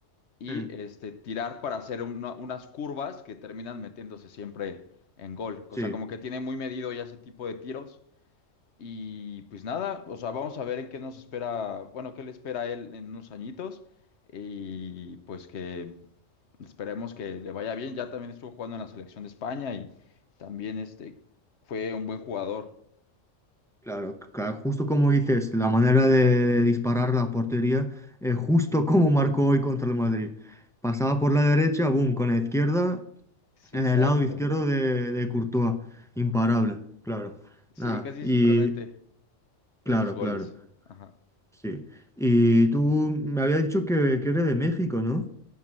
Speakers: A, on the left; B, in the centre.
A: y
B: Mm,
A: este, tirar para hacer una- unas curvas que terminan metiéndose siempre en gol. O
B: Sí.
A: sea, como que tiene muy medido ya ese tipo de tiros. Y pues nada, o sea, vamos a ver en qué nos espera, bueno, qué le espera a él en unos añitos. Y pues que esperemos que le vaya bien. Ya también estuvo jugando en la selección de España y también este fue un buen jugador.
B: Claro, claro, justo como dices, la manera de, de disparar la portería, eh, justo <laughs> como marcó hoy contra el Madrid. Pasaba por la derecha, boom, con la izquierda,
A: Sí,
B: en
A: Exacto.
B: el lado izquierdo de, de Courtois, imparable, claro.
A: Sí,
B: Nada,
A: casi
B: y
A: siempre mete
B: claro,
A: esos goles.
B: claro,
A: Ajá.
B: sí. Y tú me había dicho que, que eres de México, ¿no?